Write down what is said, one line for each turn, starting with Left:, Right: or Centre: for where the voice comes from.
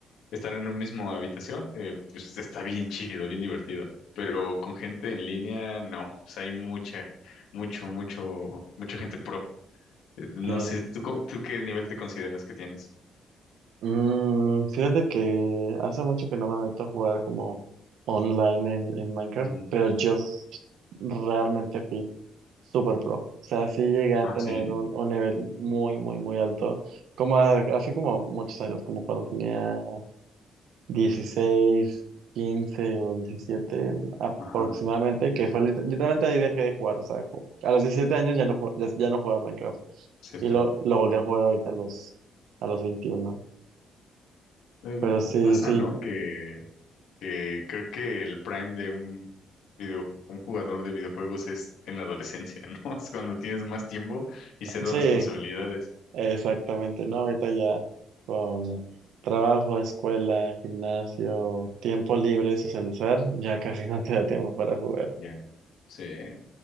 Left: estar en un mismo habitación, eh, pues está bien chido, bien divertido. Pero con gente en línea, no. O sea, hay mucha, mucho, mucho, mucha gente pro. Eh, No
Right: sí.
Left: sé, ¿tú, co- tú qué nivel te consideras que tienes?
Right: Mm, fíjate que hace mucho que no me meto a jugar como online en, en Minecraft,
Left: Ujú.
Right: pero yo realmente fui super pro. O sea, sí llegué a
Left: Ah,
Right: tener
Left: sí.
Right: un, un nivel muy, muy, muy alto, como a- hace como muchos años, como cuando tenía 16 15 o 17 aproximadamente,
Left: Ajá,
Right: que fue lit- literalmente ahí dejé de jugar. O sea, como- a los 17 años ya no, ju- ya, ya no jugaba Minecraft
Left: sí,
Right: y
Left: sí.
Right: lo, lo volví a jugar ahorita a los, a los 21
Left: Eh,
Right: pero sí,
Left: pasa,
Right: sí,
Left: ¿no? Que, que creo que el prime de un video, un jugador de videojuegos es en la adolescencia, ¿no? <laughs> Es cuando tienes más tiempo y cero
Right: sí,
Left: responsabilidades.
Right: exactamente, ¿no? Ahorita ya con trabajo, escuela, gimnasio, tiempo libre, socializar, ya casi <laughs> no te da tiempo para jugar.
Left: Ya, sí. Eh,